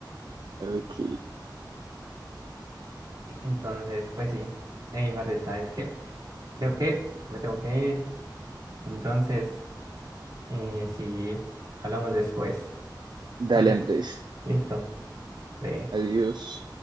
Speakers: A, on the right; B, on the right.
A: Ok,
B: Entonces, pues sí, eh, Marce, ¿sabes qué? Creo que ya me tengo que ir, entonces, eh, sí, hablamos después.
A: dale
B: Vale,
A: Andrés,
B: listo. Sí.
A: adiós.